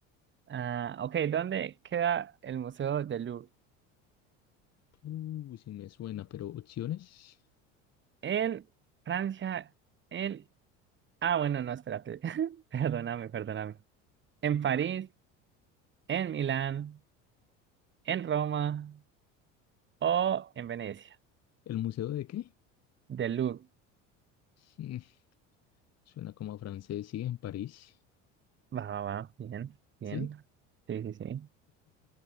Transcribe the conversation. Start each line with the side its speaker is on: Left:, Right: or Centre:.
Right: Ah, ok, ¿dónde queda el Museo del Louvre?
Left: Uh, sí me suena, pero opciones.
Right: En Francia, en... Ah, bueno, no, espérate. <laughs> Perdóname, perdóname. ¿En París, en Milán, en Roma o en Venecia?
Left: ¿El museo de qué?
Right: Del Louvre.
Left: Mm, suena como a francés, sí, en París.
Right: Va, va, va. Bien, bien.
Left: Sí.
Right: Sí, sí, sí.